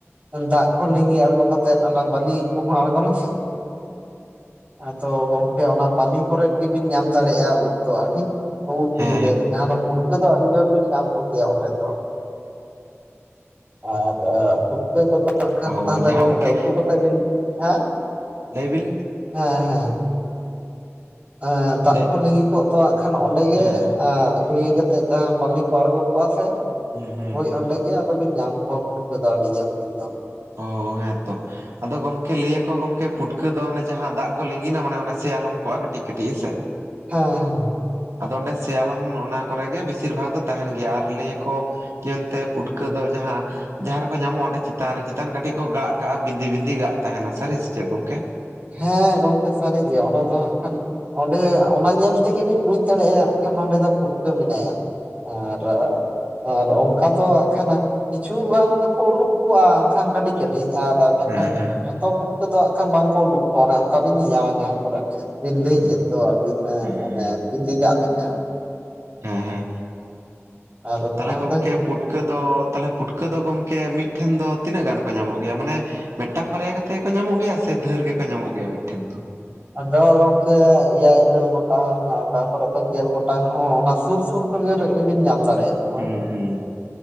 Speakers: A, on the right; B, on the right.
A: ᱚᱱᱮ ᱫᱟᱜᱽ ᱠᱚ ᱞᱤᱸᱜᱤ ᱟᱬᱜᱚ ᱠᱟᱛᱮᱫ ᱚᱱᱟ ᱵᱟᱹᱞᱤ ᱠᱚᱦᱚᱸ ᱟᱬᱜᱚᱱᱟᱥᱮ ᱟᱫᱚ ᱜᱚᱝᱠᱮ ᱚᱱᱟ ᱵᱟᱞᱤ ᱠᱚᱨᱮ ᱜᱮᱵᱤᱱ ᱧᱟᱢ ᱫᱟᱲᱮᱭᱟᱜᱼᱟ ᱩᱫ ᱫᱚ ᱟᱹᱰᱤ ᱩᱫ
B: ᱦᱮᱸ
A: ᱞᱤᱧ
B: ᱦᱮᱸ
A: ᱞᱮᱫ ᱡᱟᱦᱟᱸ ᱫᱚ ᱯᱷᱩᱴᱠᱟᱹ ᱫᱚ ᱟᱹᱰᱤ ᱡᱳᱨ ᱵᱤᱱ ᱧᱟᱢ ᱠᱚᱜᱮᱭᱟ ᱚᱸᱰᱮ ᱫᱚ ᱾ ᱟᱨ ᱯᱷᱩᱴᱠᱟᱹ ᱠᱚᱫᱚᱜ ᱠᱷᱟᱱ
B: ᱚ
A: ᱛᱟᱦᱞᱮ
B: ᱡᱟᱦᱟᱸ
A: ᱜᱚᱝᱠᱮ
B: ᱜᱚᱢᱠᱮ
A: ᱩᱛᱩ ᱠᱟᱛᱮ ᱵᱤᱱ ᱦᱮᱸ
B: ᱞᱟᱹᱭ ᱵᱤᱱ
A: ᱦᱮᱸ ᱦᱮᱸ ᱾ ᱟᱸ ᱫᱟᱜᱽ
B: ᱞᱟᱹᱭ
A: ᱠᱚ ᱞᱤᱸᱜᱤ ᱠᱚᱜ ᱫᱚ ᱠᱷᱟᱱ ᱚᱸᱰᱮ ᱜᱮ
B: ᱦᱮᱸ
A: ᱟᱸᱜ ᱞᱤᱸᱜᱤ ᱡᱟᱦᱟᱸ ᱵᱟᱹᱞᱤ ᱠᱚ ᱟᱬᱜᱚ ᱠᱚᱜᱼᱟ ᱥᱮ
B: ᱦᱩᱸ ᱦᱩᱸ
A: ᱦᱚᱭ ᱚᱸᱰᱮ ᱟᱫᱚᱵᱤᱱ ᱠᱚᱣᱟ ᱯᱷᱩᱴᱠᱟᱹ ᱫᱚ ᱟᱹᱰᱤ ᱡᱟᱹᱥᱛᱤ ᱫᱚ ᱾
B: ᱚ ᱦᱮᱸ ᱛᱚ ᱾ ᱟᱫᱚ ᱜᱚᱝᱠᱮ ᱞᱟᱹᱭᱟᱠᱚ ᱜᱚᱝᱠᱮ ᱯᱷᱩᱴᱠᱟᱹ ᱫᱚ ᱦᱟᱱᱮ ᱡᱟᱦᱟᱸ ᱫᱟᱜᱽ ᱠᱚ ᱞᱤᱝᱜᱤᱱᱟ ᱢᱟᱱᱮ ᱚᱱᱟ ᱥᱮᱭᱟᱞᱚᱢ ᱠᱚᱜᱼᱟ ᱠᱟᱹᱴᱤᱡ ᱠᱟᱹᱴ ᱴᱤᱠ ᱦᱮᱸ ᱥᱮ ᱾
A: ᱦᱮᱸ ᱦᱮᱸ ᱾
B: ᱟᱫᱚ ᱚᱸᱰᱮ ᱥᱮᱭᱟᱞᱚᱢ ᱱᱚᱜ ᱱᱟ ᱠᱚᱨᱮ ᱜᱮ ᱵᱮᱥᱤᱨ ᱵᱷᱟᱜᱽ ᱫᱚ ᱛᱟᱦᱸᱮᱱ ᱜᱮᱭᱟ ᱟᱨ ᱞᱟᱹᱭᱟᱠᱚ ᱡᱮ ᱮᱱᱛᱮ ᱯᱩᱴᱠᱟᱹ ᱫᱚ ᱡᱟᱦᱟᱸ ᱡᱟᱦᱟᱸ ᱨᱮᱠᱚ ᱧᱟᱢᱚᱜᱼᱟ ᱚᱸᱰᱮ ᱪᱮᱛᱟᱱ ᱨᱮ ᱪᱮᱛᱟᱱ ᱠᱟᱹᱴᱤᱡ ᱠᱚ ᱜᱟᱜ ᱠᱟᱜᱼᱟ ᱵᱤᱸᱫᱤ ᱵᱤᱸᱫᱤ ᱜᱟᱜ ᱛᱟᱦᱮᱸᱱᱟ ᱥᱟᱹᱨᱤ ᱥᱮ ᱪᱮᱫ ᱜᱚᱝᱠᱮ ᱾
A: ᱦᱮᱸ ᱜᱚᱝᱠᱮ ᱥᱟᱹᱨᱤᱜᱮ ᱚᱱᱟ ᱦᱟᱸᱜ ᱠᱷᱟᱱ ᱚᱸᱰᱮ ᱚᱱᱟ ᱧᱮᱞ ᱛᱮᱜᱮᱵᱤᱱ ᱵᱩᱡᱽ ᱫᱟᱲᱮᱭᱟᱜᱼᱟ ᱠᱷᱟᱱ ᱱᱚᱸᱰᱮ ᱫᱚ ᱯᱷᱩᱴᱠᱟᱹ ᱢᱮᱱᱟᱭᱟ ᱾ ᱟᱨ ᱟᱨ ᱚᱝ ᱠᱟ ᱫᱚ ᱠᱷᱟᱱ ᱠᱤᱪᱷᱩ ᱜᱟᱱ ᱫᱚᱠᱚ ᱩᱰᱩᱠ ᱠᱚᱜᱼᱟ ᱮᱱᱠᱷᱟᱱ ᱠᱟᱹᱴᱤᱡ ᱠᱟᱹᱴᱤᱡ ᱟᱨ ᱢᱮᱱᱠᱷᱟᱱ
B: ᱦᱮᱸ ᱦᱮᱸ
A: ᱡᱷᱚᱛᱚ ᱯᱷᱩᱴᱠᱟᱹ ᱫᱚ ᱦᱟᱸᱜ ᱠᱷᱟᱱ ᱵᱟᱝᱠᱚ ᱩᱰᱩᱠ ᱠᱚᱜᱼᱟ ᱚᱱᱮ ᱚᱱᱠᱟ ᱵᱤᱱ ᱧᱮᱧᱟᱢᱟ ᱡᱟᱦᱟᱸ ᱠᱚᱨᱮ ᱵᱤᱱ ᱞᱟᱹᱭ
B: ᱦᱮᱸ
A: ᱠᱮᱫ ᱫᱚ ᱟᱹᱵᱤᱱ
B: ᱦᱮᱸ
A: ᱚᱱᱮ ᱵᱤᱸᱫᱤ ᱜᱟᱜᱽ ᱞᱮᱠᱟ ᱾
B: ᱦᱮᱸ ᱦᱮᱸ
A: ᱟᱨ
B: ᱛᱟᱦᱞᱮ
A: ᱛᱟᱦᱚᱞᱮ
B: ᱜᱚᱝᱠᱮ ᱯᱩᱴ ᱠᱟᱹ ᱫᱚ ᱛᱟᱦᱞᱮ ᱯᱷᱩᱴᱠᱟᱹ ᱫᱚ ᱜᱚᱝᱠᱮ ᱢᱤᱫᱴᱷᱮᱱ ᱫᱚ ᱛᱤᱱᱟᱹᱜ ᱜᱟᱱ ᱠᱚ ᱧᱟᱢᱚᱜ ᱜᱮᱭᱟ ᱢᱟᱱᱮ ᱢᱤᱫᱴᱟᱝ ᱵᱟᱨᱭᱟ ᱠᱟᱛᱮᱜ ᱜᱮ ᱠᱚ ᱧᱟᱢᱚᱜ ᱜᱮᱭᱟ ᱥᱮ ᱫᱷᱟᱹᱨ ᱜᱮᱠᱚ ᱧᱟᱢᱚᱜ ᱜᱮᱭᱟ ᱢᱤᱫᱴᱷᱮᱱ ᱫᱚ ᱾
A: ᱟᱫᱚ ᱜᱚᱝᱠᱮ ᱮᱭᱟᱭ ᱤᱨᱟᱹᱞ ᱜᱚᱴᱟᱝ ᱚᱠᱟ ᱠᱚᱨᱮ ᱫᱚ ᱜᱮᱞ ᱜᱚᱴᱟᱝ ᱦᱚᱸ ᱚᱱᱟ ᱥᱩᱨ ᱥᱩᱨ ᱥᱩᱨ ᱜᱮ ᱤᱧ ᱫᱩᱧ ᱧᱟᱢ ᱫᱟᱲᱮᱭᱟ ᱠᱚᱣᱟ
B: ᱦᱩᱸ ᱦᱩᱸ